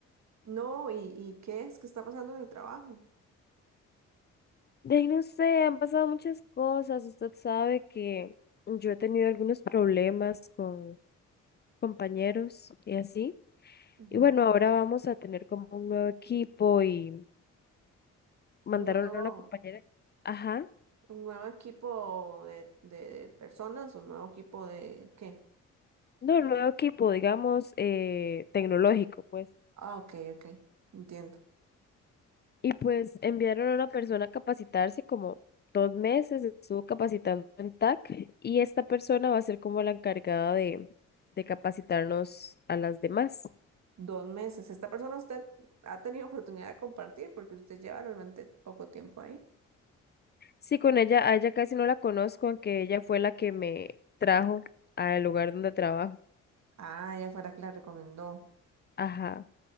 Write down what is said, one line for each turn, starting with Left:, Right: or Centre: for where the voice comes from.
Right: No, ¿y, y qué es? ¿Qué está pasando en el trabajo?
Left: De ahí no sé, han pasado muchas cosas. Usted sabe que yo he tenido algunos problemas con compañeros y así.
Right: Ujú.
Left: Y bueno, ahora vamos a tener como un nuevo equipo y mandaron
Right: Un nuevo,
Left: a una compañera. Ajá.
Right: un nuevo equipo de, de personas, un nuevo equipo de ¿qué?
Left: No, nuevo equipo, digamos, eh, tecnológico, pues.
Right: Ah, ok, ok, entiendo.
Left: Y pues enviaron a una persona a capacitarse como dos meses, estuvo capacitando en TAC y esta persona va a ser como la encargada de, de capacitarnos a las demás.
Right: Dos meses. Esta persona usted ha tenido oportunidad de compartir porque usted lleva realmente poco tiempo ahí.
Left: Sí, con ella, a ella casi no la conozco, aunque ella fue la que me trajo al lugar donde trabajo.
Right: Ah, ya fuera que la recomendó.
Left: Ajá.